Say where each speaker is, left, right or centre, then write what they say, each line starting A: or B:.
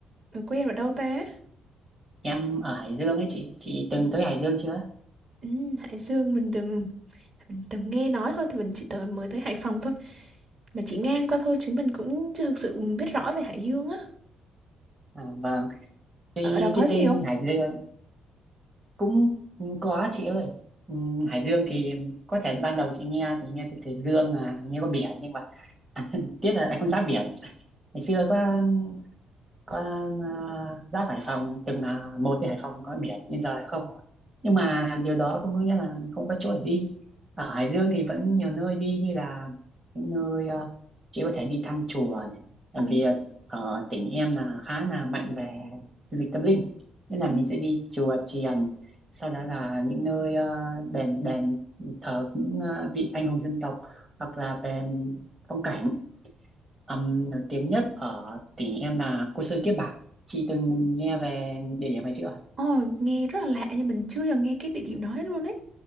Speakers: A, on the right; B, on the right.
A: mình quên ở đâu ta?
B: Em ở Hải Dương ấy chị, chị từng tới Hải Dương chưa?
A: Ừ, Hải Dương mình từng mình từng nghe nói thôi, thì mình chỉ tới mới tới Hải Phòng thôi, mà chỉ ngang qua thôi chứ mình cũng chưa thực sự biết rõ về Hải Dương á.
B: À, vâng, tuy
A: Ở đó có
B: cái
A: gì
B: tên
A: không?
B: Hải Dương cũng có chị ơi. Ừm, Hải Dương thì có thể ban đầu chị nghe thì nghe từ, từ Dương à, nghe có biển nhưng mà <laughs> tiếc là em không giáp biển. Ngày xưa có. con ờ, giáp Hải Phòng từng là một với Hải Phòng có biển nhưng giờ không rồi nhưng mà điều đó không có nghĩa là không có chỗ để đi ở Hải Dương thì vẫn nhiều nơi đi như là những nơi ờ, chị có thể đi thăm chùa này Tại
A: Ờ,
B: vì ờ, ở tỉnh em là khá là mạnh về du lịch tâm linh nên là
A: ừ.
B: mình sẽ đi chùa chiền sau đó là những nơi ờ, đền đền thờ những ờ, vị anh hùng dân tộc hoặc là về phong cảnh Ừm, nổi tiếng nhất ở tỉnh em là Côn Sơn Kiếp Bạc. Chị từng nghe về địa điểm này chưa? ạ?
A: Ồ, nghe rất là lạ nhưng mình chưa giờ nghe cái địa điểm đó hết luôn ấy.